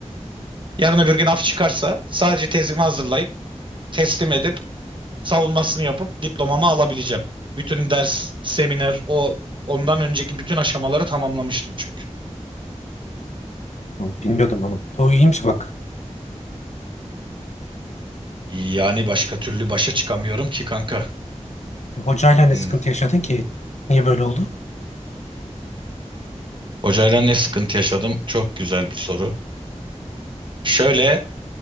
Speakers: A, on the right; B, on the left.
A: Yarın öbür gün af çıkarsa sadece tezimi hazırlayıp teslim edip savunmasını yapıp diplomamı alabileceğim. Bütün ders, seminer, o ondan önceki bütün aşamaları tamamlamıştım çünkü.
B: Oğlum, Bilmiyordum onu. O iyiymiş bak.
A: Yani başka türlü başa çıkamıyorum ki kanka.
B: E, hocayla ne
A: Hmm.
B: sıkıntı yaşadın ki? Niye böyle oldu?
A: Hocayla ne sıkıntı yaşadım? Çok güzel bir soru. Şöyle